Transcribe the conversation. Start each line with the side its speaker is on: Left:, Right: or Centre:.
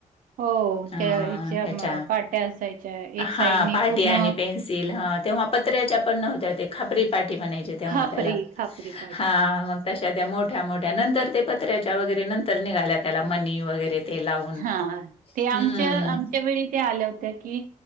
Right: हो
Left: अ
Right: त्या
Left: ह्याच्या,
Right: म पाट्या असायच्या
Left: हा
Right: एक साइडनी
Left: पाटी
Right: पूर्ण
Left: आणि पेन्सिल ह तेव्हा पत्र्याच्या पण नव्हत्या ते खापरी पाठी म्हणायची तेव्हा
Right: खापरी
Left: त्याला
Right: खापरी पाट्या
Left: हा मग त्या मोठ्या मोठ्या नंतर ते पत्र्याच्या वगैरे नंतर निघाल्या त्याला मनी वगैरे ते लावून
Right: हा ते आमच्या
Left: हम्म
Right: आमच्या वेळी ते आल्या होत्या की